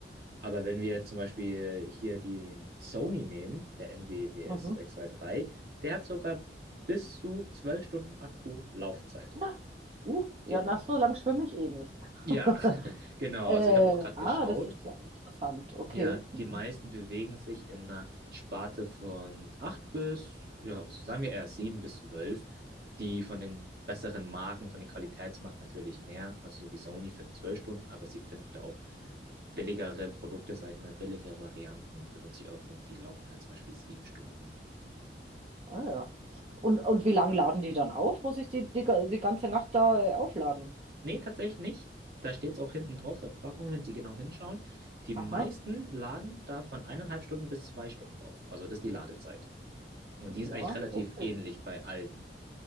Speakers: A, on the right; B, on the right.
A: Aber wenn wir zum Beispiel hier die Sony nehmen, der NWWS
B: mhm.
A: 623, der hat sogar bis zu 12 Stunden Akkulaufzeit.
B: Ja, Uh,
A: Genau.
B: ja, nach so lang schwimme ich eh nicht.
A: Ja,
B: <laughs>
A: <laughs> genau.
B: Äh,
A: Also ich habe auch gerade
B: ah,
A: geschaut.
B: das ist ja interessant. Okay.
A: Ja,
B: Mhm.
A: die meisten bewegen sich in einer Sparte von 8 bis, ja, also sagen wir eher 7 bis 12. die von den besseren Marken, von den Qualitätsmarken natürlich mehr, also so wie Sony für 12 Stunden, aber sie finden da auch billigere Produkte, sag ich mal, billigere Varianten für 50 Euro und die laufen halt zum Beispiel 7 Stunden.
B: Ah, ja. Und, und wie lange laden die dann auf? Muss ich die, die, ga- die ganze Nacht da äh, aufladen?
A: Nee, tatsächlich nicht. Da steht es auch hinten drauf, der Packung, wenn Sie genau hinschauen. Die meisten
B: Aha.
A: laden da von eineinhalb Stunden bis zwei Stunden auf. Also das ist die Ladezeit. Und
B: Ja,
A: die ist eigentlich relativ
B: okay.
A: ähnlich bei allen